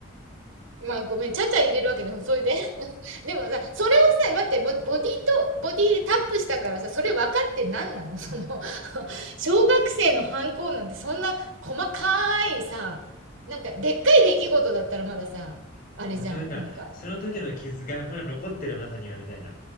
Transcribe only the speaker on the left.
うんで、なんか、
その時の傷がまだ残ってるあなたには、みたいな。